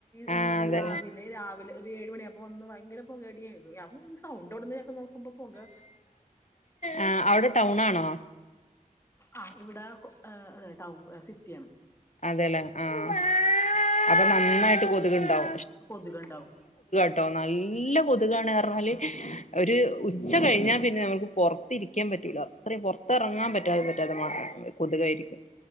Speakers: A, on the left; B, on the left.
A: ഇന്നലെ
B: ആഹ് അതെ
A: രാവിലെ രാവിലെ ഒരു ഏഴു മണിയാപ്പ ഒന്ന് ഇങ്കര പുകയടിയാരുന്നു സൗണ്ട് എവിടുന്ന് കേൾക്കുന്നു നോക്കുമ്പോപുക
B: അ അവിടെ ടൗൺ ആണോ
A: ആ ഇവിടെ ഏ അതെ ടൗൺ സിറ്റിയാണ്
B: അതെല്ലേ ആഹ് അപ്പൊ നന്നായിട്ട് കൊതുക്ണ്ടാവും
A: കൊതുകുണ്ടാവും
B: ട്ടോ നല്ല കൊതുകാണ് പറഞ്ഞാല് ഒരു ഉച്ച കഴിഞ്ഞാൽ പിന്നെ നമുക്ക് പുറത്തിരിക്കാൻ പറ്റൂല അത്രയും പുറത്തിറങ്ങാൻ പറ്റാതെ പറ്റാതെ മാ കൊതുകായിരിക്കും